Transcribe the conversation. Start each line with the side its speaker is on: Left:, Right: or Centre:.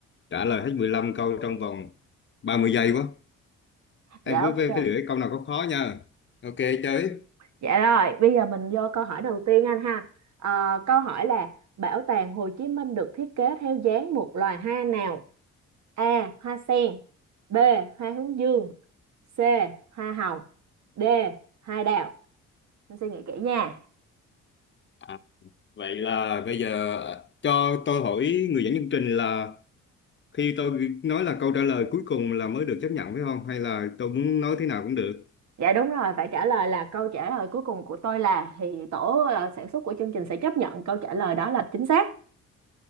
Left: trả lời hết 15 câu trong vòng 30 giây quá.
Right: Dạ
Left: Em cứ
Right: ok.
Left: phải, phải lựa cái câu nào có khó nha. Ok chơi.
Right: Dạ rồi, bây giờ mình vô câu hỏi đầu tiên anh ha. Ờ, câu hỏi là Bảo tàng Hồ Chí Minh được thiết kế theo dáng một loài hoa nào? A. Hoa sen B. Hoa hướng dương C. Hoa hồng D. Hoa đào. Em suy nghĩ kỹ nha.
Left: À, vậy là bây giờ cho tôi hỏi người dẫn chương trình là khi tôi nói là câu trả lời cuối cùng là mới được chấp nhận phải không? Hay là tôi muốn nói thế nào cũng được?
Right: Dạ đúng rồi, phải trả lời là câu trả lời cuối cùng của tôi là thì tổ ờ, sản xuất của chương trình sẽ chấp nhận câu trả lời đó là chính xác.